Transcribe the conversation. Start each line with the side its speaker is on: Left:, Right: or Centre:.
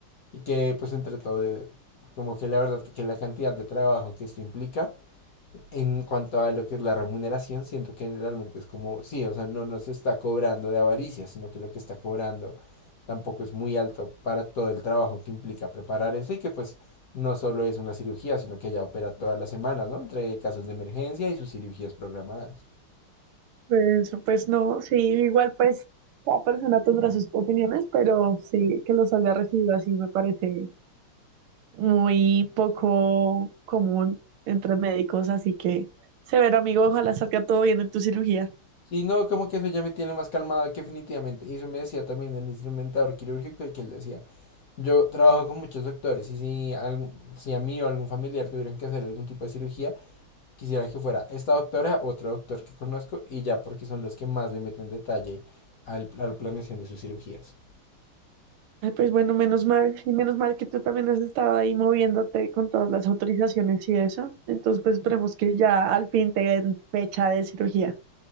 Left: y que pues entre todo, eh, como que la verdad que la cantidad de trabajo que esto implica en cuanto a lo que es la remuneración, siento que realmente es como, sí, o sea, no nos está cobrando de avaricia, sino que lo que está cobrando tampoco es muy alto para todo el trabajo que implica preparar eso y que pues no solo es una cirugía, sino que ella opera todas las semanas, ¿no? Entre casos de emergencia y sus cirugías programadas.
Right: Pues, pues no, sí, igual pues cada persona tendrá sus opiniones, pero sí que los haya recibido así me parece muy poco común entre médicos, así que severo amigo, ojalá salga todo bien en tu cirugía.
Left: Sí, no, como que eso ya me tiene más calmado que definitivamente. Y eso me decía también el instrumentador quirúrgico y que él decía, yo trabajo con muchos doctores y si, algún- si a mí o algún familiar tuvieran que hacer algún tipo de cirugía, quisiera que fuera esta doctora, otro doctor que conozco y ya porque son los que más le meten detalle al, a la planeación de sus cirugías.
Right: Ay, pues bueno, menos mal, y menos mal que tú también has estado ahí moviéndote con todas las autorizaciones y eso. Entonces, pues esperemos que ya al fin te den fecha de cirugía.